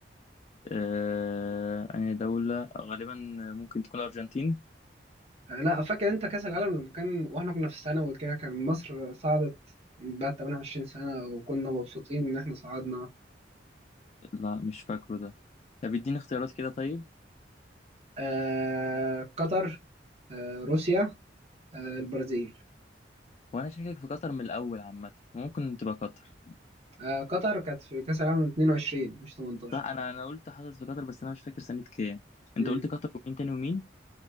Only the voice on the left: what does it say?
آه... أنا دولة غالبا ممكن تكون الأرجنتين
لا مش فاكره ده طب اديني اختيارات كده طيب
وأنا شاكك في قطر من الأول عامة ممكن تبقى قطر
صح انا انا قلت حصلت في قطر بس انا مش فاكر سنة كام انت
قلت قطر ومين تاني ومين